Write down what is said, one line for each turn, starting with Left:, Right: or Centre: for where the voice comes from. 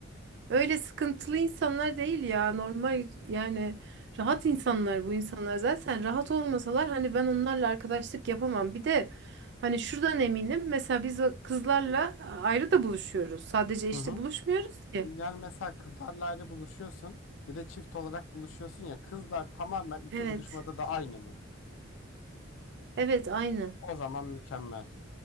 Right: Öyle sıkıntılı insanlar değil ya. Normal yani rahat
Left: Hı hı,
Right: insanlar bu insanlar. Zaten rahat olmasalar hani ben onlarla arkadaşlık yapamam. Bir de hani şuradan eminim. Mesela biz o kızlarla ayrı
Left: hı hı,
Right: da buluşuyoruz. Sadece işte
Left: hı hı.
Right: buluşmuyoruz ki.
Left: Yani mesela kızlarla ayrı buluşuyorsun. Bir de çift olarak buluşuyorsun ya kızlar tamamen iki
Right: Evet.
Left: buluşmada da aynı mı?
Right: Evet aynı.
Left: O zaman mükemmel.